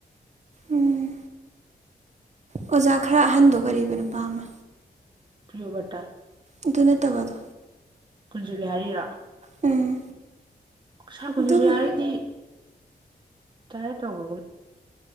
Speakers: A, on the right; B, on the right.
A: ꯎꯝ ꯑꯣꯖꯥ ꯈꯔ ꯑꯍꯟꯗꯣ ꯀꯔꯤꯕ ꯅꯨꯄꯥ ꯑꯃ
B: ꯄ꯭ꯔꯤꯌꯣ ꯕꯔꯇꯥ
A: ꯑꯗꯨ ꯅꯠꯇꯕꯗꯣ
B: ꯀꯨꯟꯖꯨꯕꯤ ꯍꯥꯔꯤꯔꯣ
A: ꯎꯝ
B: ꯁꯥꯈ ꯀꯨꯟꯖꯕꯤꯍꯥꯔꯤꯗꯤ
A: ꯑꯗꯨꯕꯨ
B: ꯔꯤꯇꯥꯌꯔ ꯇꯧꯕꯒꯨꯝ